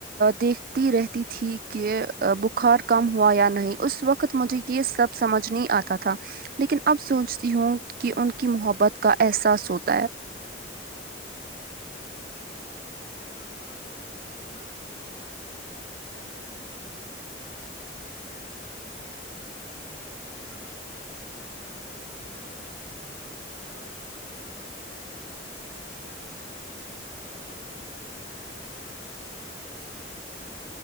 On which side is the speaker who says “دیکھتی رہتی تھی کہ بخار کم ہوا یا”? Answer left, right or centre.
Right